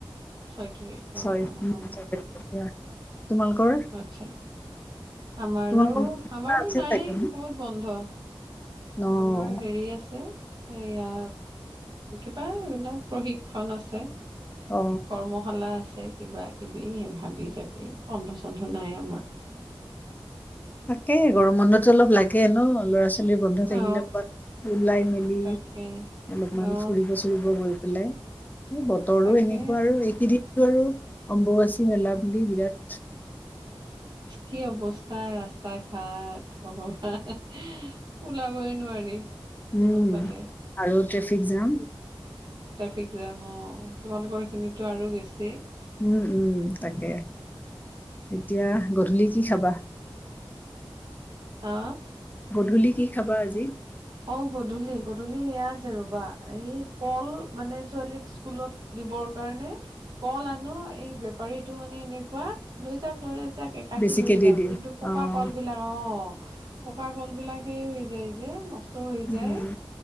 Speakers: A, on the right; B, on the left.
A: ছয় তাৰিখ
B: ছয়
A: অ অ অ
B: ছয় তাৰিখৰ পৰা তোমালোকৰ
A: আচ্ছা আমাৰো
B: তোমালোকৰ
A: আমাৰতো
B: আছে
A: নাই
B: চাগে
A: ক'ত বন্ধ
B: ন অ
A: আমাৰ হেৰি আছে সেইয়া কিবা এই বিলাক প্ৰশিক্ষণ আছে
B: অ
A: কৰ্মশালা আছে। কিবা কিবি ভাবি চাবি কন্ধ চন্ধ নাই আমাৰ
B: তেই গৰম বন্ধটো অলপ লাগে ন ল'ৰা ছোৱালী লি বন্ধ
A: অ
B: থাকিলে কৰবাত ওলাই মেলি
A: তাকে
B: অলপমান
A: অ
B: ফুৰিব চুৰিব গৈ পেলাই বতৰো
A: তাকে
B: এনেকুৱা আৰু এইকে দিনটো আৰু অম্বুবাচী মেলা বুলি বিৰাত
A: কি অৱস্থা ৰাস্তা ৰাস্তা ঘাট ভগৱান ওলাবই নোৱাৰি
B: উম
A: কোনোফালে
B: আৰু ট্ৰেফিক জাম
A: ট্ৰাফিক জাম অ তোমালোকৰ খিনিতো আৰু বেছি স <unintelligible>
B: উম -উম তাকে এতিয়া গধূলি কি খাবা
A: আ
B: গধূলি কি খাবা আজি
A: অ গধূলি গধূলি সেয়া আছে ৰবা এই কল মানে ছোৱালীক স্কুলত দিবৰ কাৰণে কল আনো এই বেপাৰীতু মানে এনেকুৱা লৈ যাক লৈ যা যাক একাষি
B: বেছিকে
A: লৈ
B: দি
A: যাক
B: দিয়ে
A: কিন্তু পকা
B: অ'।
A: কল বিলাক অ পকা কল বিলাক সেই হৈ যায় যে নষ্ট হৈ
B: উম
A: যায়